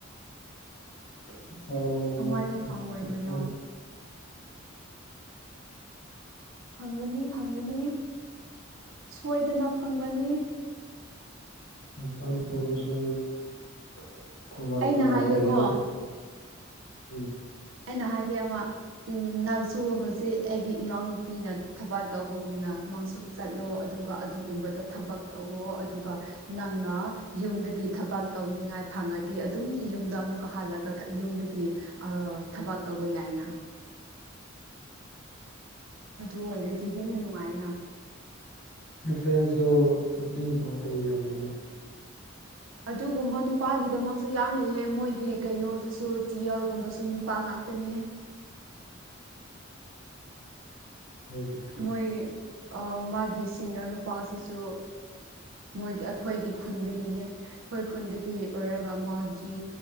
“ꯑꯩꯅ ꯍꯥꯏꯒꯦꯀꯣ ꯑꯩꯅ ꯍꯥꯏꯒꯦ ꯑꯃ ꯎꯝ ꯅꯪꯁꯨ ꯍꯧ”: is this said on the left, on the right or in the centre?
Right